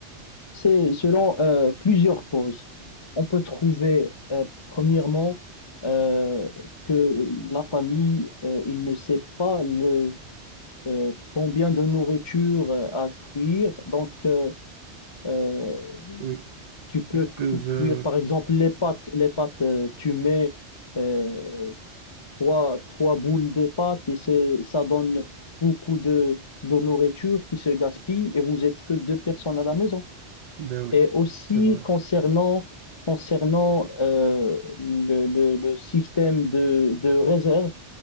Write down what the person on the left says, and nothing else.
c'est selon euh, plusieurs causes. On peut trouver, euh, premièrement, euh, que la famille, euh, il ne sait pas le, euh, combien de nourriture euh, à cuire. Donc, euh, euh,
tu peux
cu- cuire,
par exemple, les pâtes. Les pâtes, euh, tu mets euh, trois, trois boules de pâtes et c'est, ça donne beaucoup de, de nourriture qui se gaspille et vous êtes que deux personnes à la maison.
Et aussi
concernant, concernant euh, le, le- le système de, de réserve